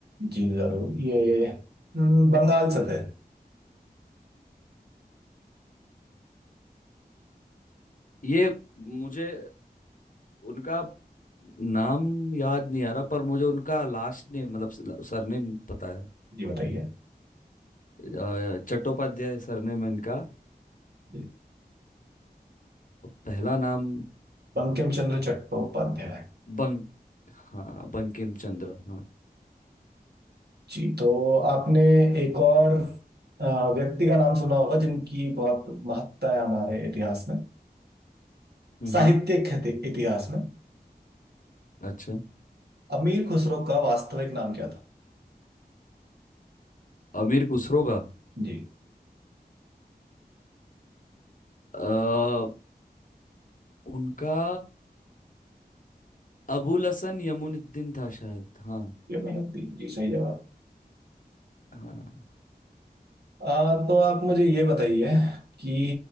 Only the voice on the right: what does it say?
जी जरूर ये हम्म, बंगाल से थे
जी बताइए
जी,
बंकिम चंद्र चट्टोपाध्याय
जी तो आपने एक और अ, व्यक्ति का नाम सुना होगा जिनकी बहुत महत्ता है हमारे इतिहास में
साहित्यिक
इति- इतिहास में
अमीर खुसरो का वास्तविक नाम क्या था
जी
ये मेहनत थी जी सही जवाब
अ, तो आप मुझे ये बताइए कि